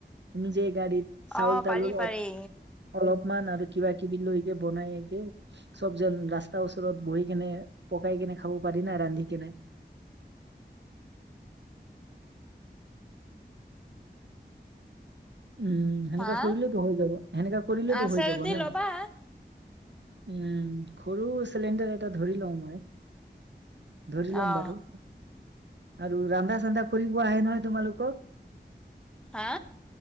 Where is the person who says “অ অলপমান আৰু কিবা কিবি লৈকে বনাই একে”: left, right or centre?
Right